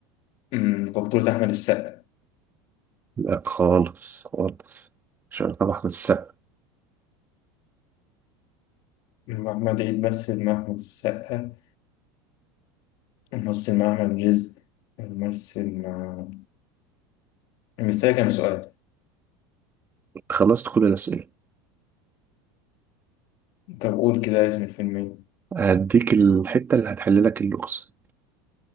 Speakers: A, on the left; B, on the right.
A: أمم، بطولة أحمد السقا
B: لا خالص خالص مش عارف طبعا احمد السقا
A: محمد عيد مثل مع أحمد السقا ومثل مع أحمد رزق ومثل مع مستني كام سؤال
B: خلصت كل الاسئله
A: طب قول كده اسم الفيلم إيه
B: هديك الحته اللي هتحل لك اللغز